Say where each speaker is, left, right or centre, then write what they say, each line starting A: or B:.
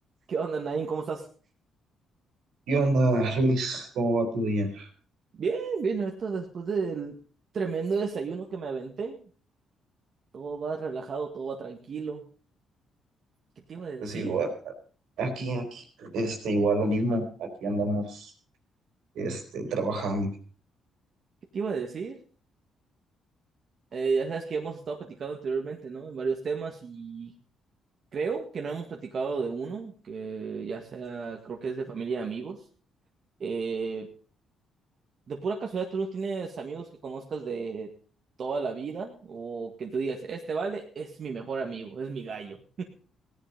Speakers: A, on the right (about 55°); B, on the right (about 80°).
A: ¿Qué onda, Nain? ¿Cómo estás?
B: ¿Qué onda, Luis? ¿Cómo va tu día?
A: Bien, bien, ahorita después del tremendo desayuno que me aventé, todo va relajado, todo va tranquilo. ¿Qué te iba a decir?
B: Pues igual, aquí, aquí, este, igual lo mismo, aquí andamos, este, trabajando.
A: ¿Qué te iba a decir? Eh, ya sabes que hemos estado platicando anteriormente, ¿no? En varios temas y creo que no hemos platicado de uno, que ya sea, creo que es de familia y amigos. Eh, de pura casualidad, ¿tú no tienes amigos que conozcas de toda la vida o que tú digas, este vale, es mi mejor amigo, es mi gallo?